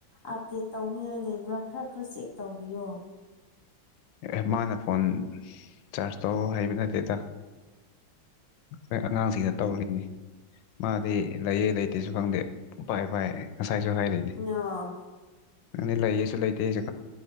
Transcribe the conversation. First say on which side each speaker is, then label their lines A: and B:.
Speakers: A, on the left; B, on the left.
A: ꯑꯞꯗꯦꯠ ꯇꯧꯅꯤꯡꯉꯥꯏ ꯂꯩꯕ꯭ꯔꯥ ꯈꯔ ꯈꯔ ꯆꯦꯛ ꯇꯧꯕꯤꯌꯣ
B: ꯑꯦ ꯃꯥꯅ ꯐꯣꯟ ꯆꯥꯔꯖ ꯇꯧ ꯍꯥꯏꯩꯕ ꯅꯠꯇꯦꯗ ꯑꯩꯈꯣꯏ ꯑꯉꯥꯡꯁꯤꯗ ꯇꯧꯔꯤꯅꯤ ꯃꯥꯗꯤ ꯂꯩꯌꯦ ꯂꯩꯇꯦꯁꯨ ꯈꯪꯗꯦ ꯎꯄꯥꯏ ꯄꯥꯏ ꯉꯁꯥꯏꯁꯨ ꯍꯥꯏꯔꯤ
A: ꯑ
B: ꯑꯗꯨꯅꯤ ꯂꯩꯌꯦꯁꯨ ꯂꯩꯇꯦꯁꯨ